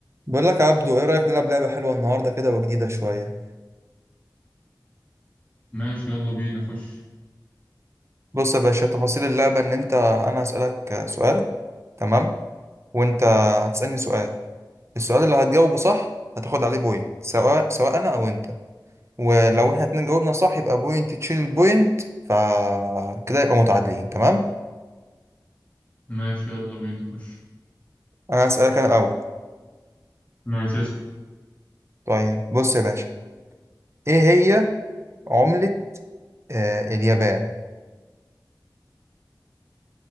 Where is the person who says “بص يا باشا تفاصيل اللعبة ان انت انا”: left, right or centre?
Right